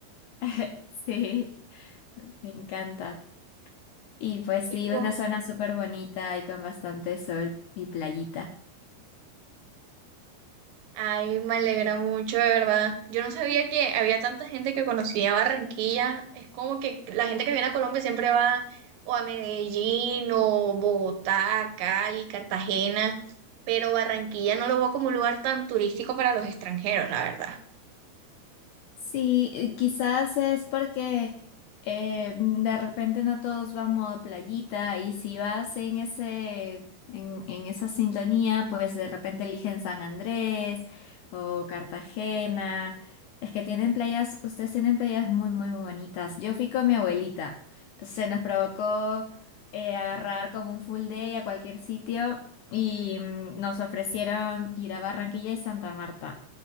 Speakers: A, on the left; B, on the right.
A: <laughs> Sí, me encanta. Y pues
B: Y
A: sí,
B: con-
A: una zona súper bonita y con bastante sol y playita.
B: Ay, me alegra mucho, de verdad. Yo no sabía que había tanta gente que conocía Barranquilla. Es como que la gente que viene a Colombia siempre va o a Medellín o Bogotá, Cali, Cartagena, pero Barranquilla no lo veo como un lugar tan turístico para los extranjeros, la verdad.
A: Sí, eh, quizás es porque eh, de repente no todos van modo playita y si vas en ese, en, en esa sintonía, pues de repente eligen San Andrés o Cartagena. Es que tienen playas, ustedes tienen playas muy, muy bonitas. Yo fui con mi abuelita, entonces nos provocó eh, agarrar como un full day a cualquier sitio y mm, nos ofrecieron ir a Barranquilla y Santa Marta.